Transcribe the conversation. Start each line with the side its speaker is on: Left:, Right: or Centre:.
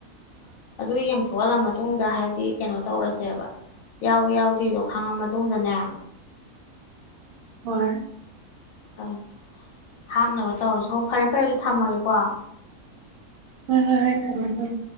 Left: ꯑꯗꯨ ꯌꯦꯡ ꯊꯣꯛꯍꯜꯂ ꯃꯇꯨꯡꯗ ꯍꯥꯏꯗꯤ ꯀꯩꯅꯣ ꯇꯧꯔꯁꯦꯕ ꯌꯥꯎ ꯌꯥꯎꯗꯦꯗꯣ ꯈꯪꯉ ꯃꯇꯨꯡꯗꯅꯦ
Right: ꯍꯣꯏ
Left: ꯎꯝ ꯍꯥꯞꯅꯕ ꯇꯧꯔꯁꯤ ꯍꯣ ꯐꯔꯦ ꯐꯔꯦ ꯑꯗꯨꯗꯤ ꯊꯝꯃꯒꯦꯀꯣ
Right: ꯍꯣꯏ ꯍꯣꯏ ꯍꯣꯏ ꯊꯝꯃꯣ ꯊꯝꯃꯣ